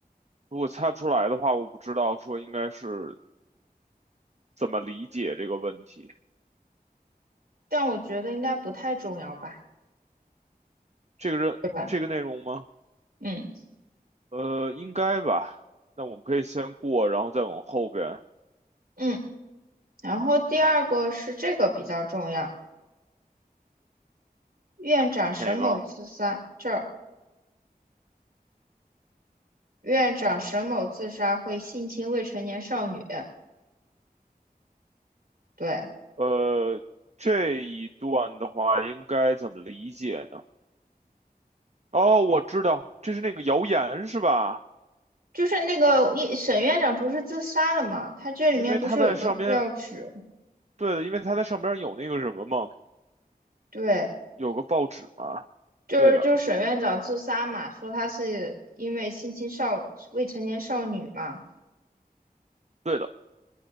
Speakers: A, on the right; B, on the right.
A: 如果猜不出来的话，我不知道说应该是怎么理解这个问题。
B: 但我觉得应该不太重要吧，
A: 这个人这个内容吗？
B: 对吧？嗯
A: 呃，应该吧。那我们可以先过，然后再往后边
B: 嗯。然后第二个是这个比较重要，院长沈某自杀，
A: 哪个。
B: 这儿院长沈某自杀会性侵未成年少女，对。
A: 呃，这一段的话应该怎么理解呢？哦，我知道，这是那个谣言是吧？
B: 就是那个一沈院长不是自杀了嘛？他这里面不是有个标志？
A: 因为他在上边，对的，因为他在上边有那个什么嘛，
B: 对，
A: 有个报纸嘛，
B: 就是就是沈院长自杀嘛，
A: 对的，
B: 说他是因为性侵少未成年少女嘛。
A: 对的。